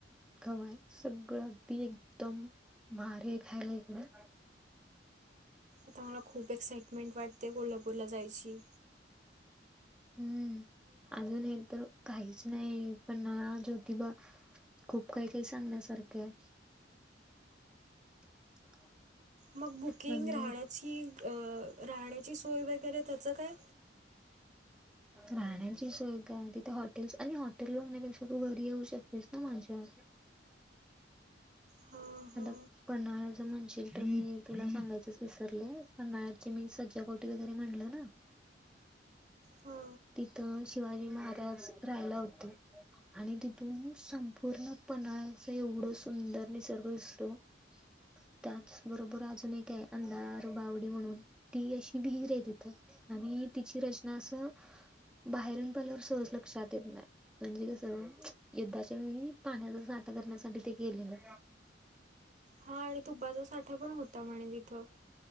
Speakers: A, in the centre; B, on the right (about 40°).
A: खवा आहे. सगळं अगदी एकदम भारी आहे. खायला इकड‌ं
B: आता मला खूप एक्साइटमेंट वाटते. कोल्हापूरला जायची.
A: हम्म अजून हे तर काहीच नाही? पण ज्योतिबा खूप काही काही सांगण्यासारखं आहे. <inaudible>
B: मग बुकिंग
A: म्हणजे
B: राहण्याची अ राहण्याची सोय वगैरे त्याचं काय?
A: राहण्याची सोय काय? तिथे हॉटेल्स आणि हॉटेल बघण्यापेक्षा तू घरी येऊ शकतेस ना माझ्या?
B: हा हा
A: आता पन्हाळ्याच म्हणशील तर मी तुला सांगायचच विसरले. पन्हाळ्याची मी सज्जा गोटी वगैरे म्हणलं ना.
B: हा.
A: तिथं शिवाजी महाराज राहायला होते. आणि तिथून संपूर्ण पन्हाळ्याचं एवढं सुंदर निसर्ग दिसतो. त्याच बरोबर अजून एक आहे. अंधार बावडी म्हणून. ती अशी विहीर आहे तिथं. आणि तिची रचना असं बाहेरून पण सहज लक्षात येत नाय. म्हणजे कसं? युद्धाच्या वेळी पाण्याचा साठा करण्यासाठी ते केलेलं.
B: हा आणि तुपाचा साठा पण होता म्हणे तिथं?